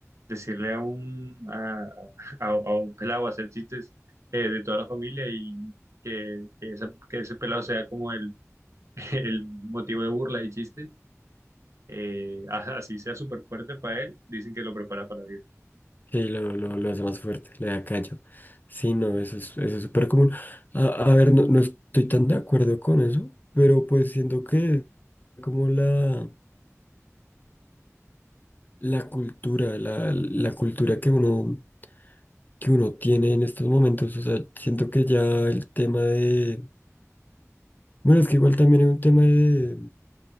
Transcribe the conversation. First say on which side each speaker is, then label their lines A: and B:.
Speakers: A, on the right (about 65°); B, on the left (about 35°).
A: decirle a un, a, a, a un pelado hacer chistes eh, de toda la familia y que, que, esa- que ese pelado sea como el, <laughs> el motivo de burla y chiste eh, <laughs> a- así sea súper fuerte para él, dicen que lo prepara para la vida.
B: Sí, lo, lo, lo hace más fuerte, le da callo. Sí, no, eso es, eso es súper común. A, a ver, no, no estoy tan de acuerdo con eso, pero pues siento que es como la, la cultura, la, la cultura que uno, que uno tiene en estos momentos. O sea, siento que ya el tema de Bueno, es que igual también hay un tema de,